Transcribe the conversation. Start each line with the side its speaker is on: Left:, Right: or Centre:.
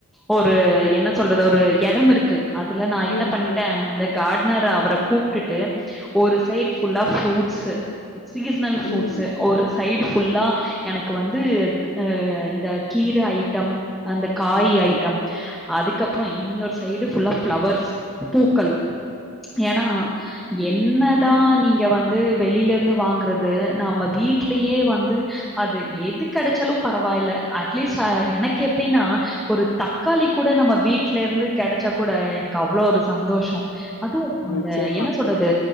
Centre: ஒரு என்ன சொல்றது ஒரு இடம் இருக்கு அதுல நா
Left: ம்
Centre: என்ன பண்ணிட்ட
Left: ம்
Centre: அந்த கார்ட்னர் அவர கூப்டுட்டு ஒரு சைட் ஃபுல்லா ஃப்ரூட்ஸ்சு சீஸ்னல் ஃப்ரூட்ஸ்சு
Left: ம்
Centre: ஒரு சைடு ஃபுல்லா எனக்கு வந்து அ இந்த கீர ஐட்டம் அந்த காய்
Left: ம்
Centre: ஐட்டம் அதுக்கு அப்பறோ இன்னியொரு சைடு ஃபுல்லா ஃப்ளவர்ஸ் பூக்கள் ஏன்னா என்ன தா நீங்க வந்து வெளில இருந்து வாங்கறது நாம்ம வீட்லயே வந்து அது எது கெடச்சாலு பரவாயில்ல அட்லீஸ்ட் அ எனக்கு எப்டின்னா ஒரு தக்காளி கூட நம்ம வீட்ல இருந்து கெடச்சா கூட எனக்கு அவ்ளோ ஒரு சந்தோஷோ அது அந்த
Left: நிச்சயமா
Centre: என்ன சொல்றது